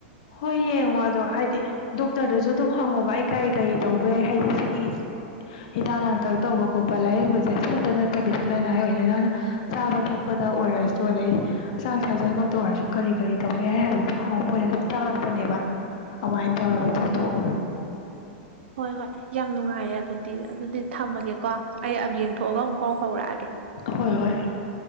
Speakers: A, on the left; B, on the right.
A: ꯍꯣꯏ ꯌꯦꯡꯉꯣ ꯑꯗꯣ ꯍꯥꯏꯗꯤ ꯗꯣꯛꯇꯔꯗꯨꯁꯨ ꯑꯗꯨꯝ ꯍꯪꯉꯣꯕ ꯑꯩ ꯀꯔꯤ ꯀꯔꯤ ꯇꯧꯕ ꯌꯥꯏ ꯍꯥꯏꯗꯤ ꯁꯤꯒꯤ ꯍꯤꯗꯥꯛ ꯂꯥꯡꯊꯛ ꯇꯧꯕ ꯈꯣꯠꯄ ꯂꯥꯏꯌꯦꯡꯕꯁꯦ ꯑꯁꯤ ꯈꯛꯇ ꯅꯠꯇꯕꯤꯗ ꯂꯅꯥꯏ ꯑꯣꯏꯅ ꯅꯪꯅ ꯆꯥꯕ ꯊꯛꯄꯗ ꯑꯣꯏꯔꯁꯨꯁꯨ ꯑꯗꯩ ꯍꯛꯆꯥꯡ ꯁꯥꯖꯦꯜꯃꯛꯇ ꯑꯣꯏꯔꯁꯨ ꯀꯔꯤ ꯀꯔꯤ ꯇꯧꯕ ꯌꯥꯏ ꯍꯥꯏꯕꯗꯨ ꯑꯗꯨꯝ ꯍꯪꯉꯧ ꯃꯣꯏ ꯑꯗꯨꯝ ꯇꯥꯛꯂꯛꯄꯅꯦꯕ ꯑꯃꯥꯏꯅ ꯇꯧꯔꯒ ꯇꯧꯊꯣꯛꯑꯣ
B: ꯍꯣꯏ ꯍꯣꯏ ꯌꯥꯝ ꯅꯨꯡꯉꯥꯏꯔꯦ ꯑꯗꯨꯗꯤ ꯑꯗꯨꯗꯤ ꯊꯝꯃꯒꯦꯀꯣ ꯑꯩ ꯑꯃ ꯌꯦꯡꯊꯣꯛꯑꯒ ꯑꯃꯨꯛ ꯐꯥꯎ ꯍꯧꯔꯛꯑꯒꯦ
A: ꯍꯣꯏ ꯍꯣꯏ